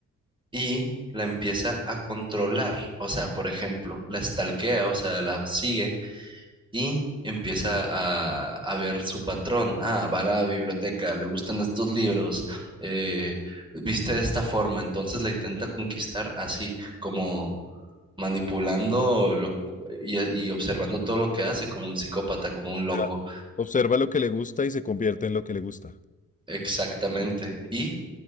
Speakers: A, on the right; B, on the left.
A: y la empieza a controlar, o sea, por ejemplo, la stalkea, o sea, la sigue y empieza a, a ver su patrón. Ah, va a la biblioteca, le gustan estos libros, eh, viste de esta forma, entonces la intenta conquistar así, como manipulando lo, y, y observando todo lo que hace, como un psicópata, como un
B: O
A: loco,
B: sea, observa lo que le gusta y se convierte en lo que le gusta.
A: exactamente. Y